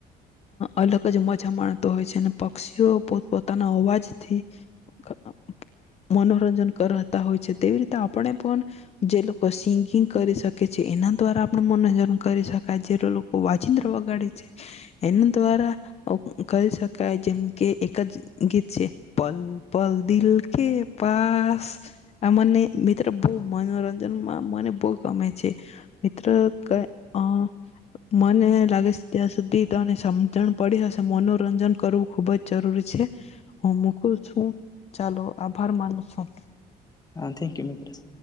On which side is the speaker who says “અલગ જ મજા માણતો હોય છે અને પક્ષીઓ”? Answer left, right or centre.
Left